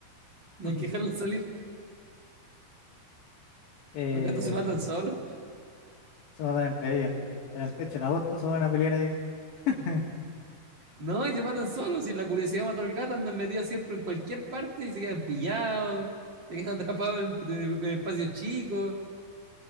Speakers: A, on the right; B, on the left.
A: no
B: <laughs>
A: hay que dejarlos salir,
B: Eh,
A: los gatos se matan solos.
B: se matan entre ellos, sí. En el techo en agosto se van a pelear ahí. <laughs>
A: No, y se matan solos, y la curiosidad mató al gato, andan metidos siempre en cualquier parte y se quedan pillados, se quedan <laughs> atrapados entre, en espacios chicos,